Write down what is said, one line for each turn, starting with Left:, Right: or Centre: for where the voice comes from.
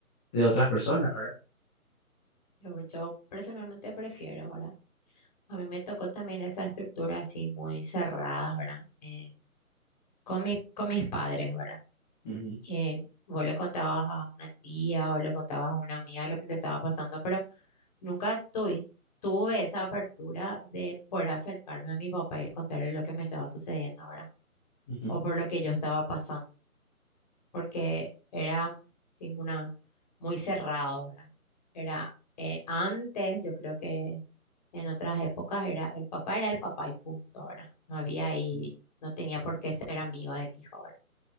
Centre: de otras personas, ¿verdad?
Left: Yo, yo personalmente prefiero, ¿verdad? A mí me tocó también esa estructura así muy cerrada, ¿verdad? Eh, con mi- con mis padres, ¿verdad?
Centre: Ujú,
Left: Eh, vos le contabas a una tía o le contabas a una amiga lo que te estaba pasando, pero nunca tuvi- tuve esa apertura de poder acercarme a mi papá y contarle lo que me estaba sucediendo, ¿verdad?
Centre: ujú,
Left: O por lo que yo estaba pasando. porque era sí, una, muy cerrado, ¿verdad? Era eh, antes, yo creo que en otras épocas era el papá era el papá y punto, ¿verdad? No había ahí,
Centre: ujú,
Left: no tenía por qué ser amigo del hijo, ¿verdad?